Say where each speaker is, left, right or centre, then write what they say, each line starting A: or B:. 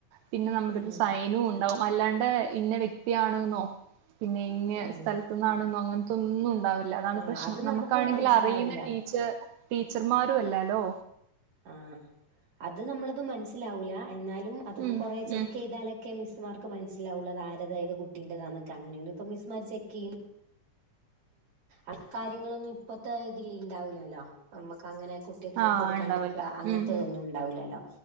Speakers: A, on the right (about 85°); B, on the right (about 65°).
A: പിന്നെ നമ്മുടെ
B: ഉം
A: ഒരു സൈനും ഉണ്ടാവും അല്ലാണ്ട് ഇന്ന വ്യക്തിയാണ്ന്നോ പിന്നെ ഇങ്ങ്
B: ഉം
A: സ്ഥലത്ത്ന്നാണ്ന്നോ അങ്ങൻത്തെ ഒന്നും ഉണ്ടാവില്ല. അതാണ്
B: ആഹ്
A: പ്രശ്നം
B: അത്
A: നമുക്കാണെങ്കില്
B: നമുക്കും മനസ്സിലാവൂല
A: അറിയുന്ന ടീ ച്ച ടീച്ചർമാരും അല്ലാല്ലോ.
B: ആഹ് അത് നമ്മളത് മനസ്സിലാവൂല എന്നാലും അത്പ്പോ
A: ഉം
B: കൊറെ ചെക്ക്
A: ഉം
B: യ്താലക്കെ മിസ് മാർക്ക് മൻസ്സിലാവുല അതാര്ത ഏത് കുട്ടിന്റെതാ ന്നൊക്കെ അങ്ങനെയൊന്നും ഇപ്പോ മിസ്സ്മാര് ചെക്ക്യ്യ് അക്കാര്യങ്ങളൊന്നും ഇപ്പത്തെ ഇതില് ഇണ്ടാവുലല്ലോ നമ്മക്ക് അങ്ങനെ കു കുട്ട്യേക്ക്
A: ആഹ്
B: കൊടുക്കാണ്ട്ക്ക
A: ഉണ്ടാവില്ല
B: അങ്ങൻത്തെ
A: ഉം ഉം
B: ഒന്നും ഉണ്ടാവുലല്ലോ